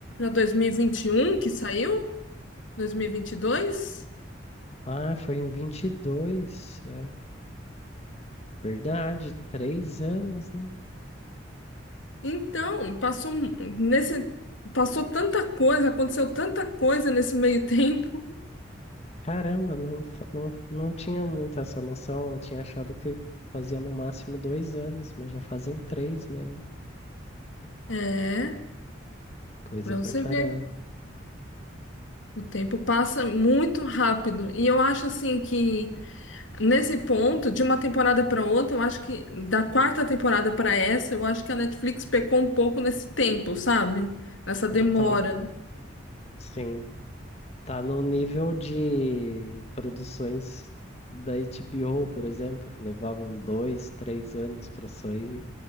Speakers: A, on the left; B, on the left.
A: 2021 que saiu? 2022?
B: Ah, foi em 22, É verdade, três anos, né?
A: Então, passou mu- nesse passou tanta coisa, aconteceu tanta coisa nesse meio <laughs> tempo.
B: Caramba, não, fa- não, não tinha muito essa noção. Eu tinha achado que fazia no máximo dois anos, mas já fazem três mesmo.
A: É,
B: Coisa
A: pra
B: pra
A: você
B: caramba.
A: ver, o tempo passa muito rápido. E eu acho assim que nesse ponto, de uma temporada para outra, eu acho que da quarta temporada para essa, eu acho que a Netflix pecou um pouco nesse tempo, sabe? Nessa demora.
B: Total. Sim. Tá no nível de produções da HBO, por exemplo, que levavam dois, três anos pra sair.